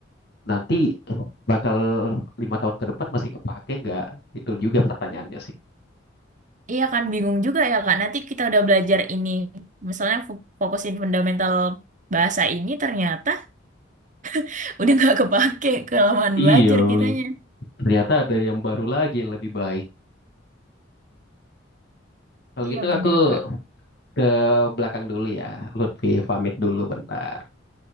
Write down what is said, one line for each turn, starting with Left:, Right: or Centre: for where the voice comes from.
Left: nanti bakal lima tahun ke depan masih kepake nggak? Itu juga pertanyaannya sih.
Right: Iya kan bingung juga ya Kak. Nanti kita udah belajar ini. Misalnya fo- fokusin fundamental bahasa ini ternyata <laughs> udah nggak kepake kelamaan
Left: Iya,
Right: belajar kitanya.
Left: ternyata ada yang baru lagi yang lebih baik. Kalau
Right: Iya
Left: gitu
Right: bener
Left: aku
Right: Kak.
Left: ke belakang dulu ya, Lutfi pamit dulu bentar.